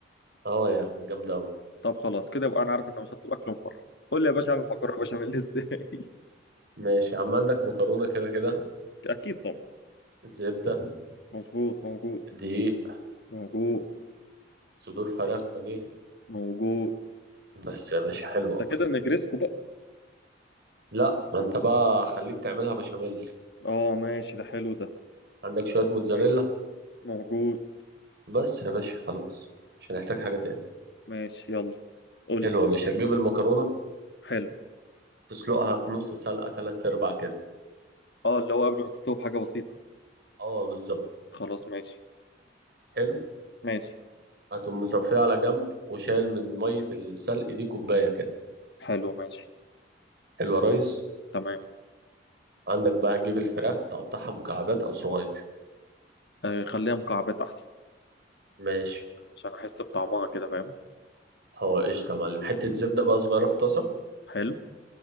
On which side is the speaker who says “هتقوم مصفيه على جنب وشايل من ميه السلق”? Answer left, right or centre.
Right